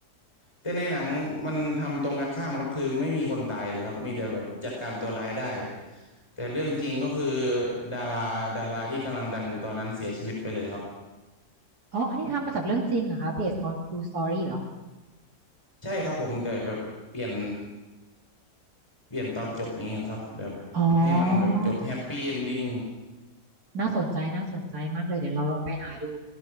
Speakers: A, on the left; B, on the right.
A: แต่ในหนังมันทำตรงกันข้ามครับคือไม่มีคนตายเลยครับมีแต่แบบจัดการตัวร้ายได้แต่เรื่องจริงก็คือดาราดาราที่กำลังดังอยู่ตอนนั้นเสียชีวิตไปเลยครับ
B: อ๋อ อันนี้ทำมาจากเรื่องจริงเหรอคะ based on true story เหรอ
A: ใช่ครับผมแต่แบบเปลี่ยนเปลี่ยนตอนจบนี้ครับแบบให้มันแบบจบแฮปปี้เอนดิ้ง
B: อ๋อ น่าสนใจ น่าสนใจมากเลย เดี๋ยวเราลองไปหาดู